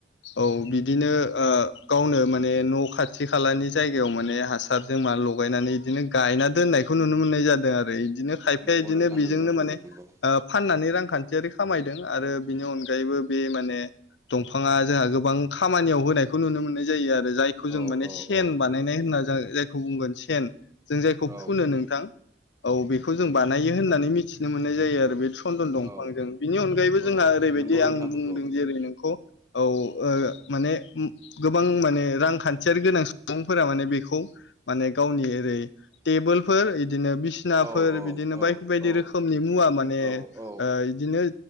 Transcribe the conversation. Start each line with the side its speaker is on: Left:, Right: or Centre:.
Left: औ बिदिनो ओ गावनो माने माने न' खाथि खालानि जायगायाव माने हासारजों मा लगायनानै बिदिनो गायना दोननाय खौ नुनो मोननाय जादों आरो इदिनो खायफाया
Right: नंगौ
Left: इदिनो
Right: नोंथां
Left: बेजोंनो
Right: नंगौ नंगौ
Left: माने
Right: नंगौ
Left: ओ फाननानै रांखान्थियारि खामायदों आरो बिनि अनगायैबो बे माने दंफाङा जोहा गोबां खामानियाव होनायखौ नुनो मोननाय जायो आरो। जायखौ जों
Right: औ
Left: माने
Right: औ
Left: सेन
Right: औ
Left: बानायनाय होनना जा-जायखौ बुंगोन सेन जों जायखौ
Right: औ
Left: फुनो नोंथां। औ बेखौ जों बानायो होननानै मिथिनो मोननाय जायो आरो बे सन्दन दंफांजों
Right: औ
Left: बिनि अनगायैबो जोंहा
Right: औ
Left: ओरैबायदि
Right: नंगौ नोंथां
Left: आं बुंदों
Right: नंगौ
Left: जेरै नोंखौ औ ओ माने उम गोबां माने रांखान्थियारि गोनां सुबुंफोरा माने बेखौ माने गावनि ओरै टेबोलफोर इदिनो बिसनाफोर
Right: औ औ
Left: बिदिनो
Right: औ
Left: बायदि बायदि
Right: औ
Left: रोखोमनि मुवा माने
Right: औ औ
Left: ओ इदिनो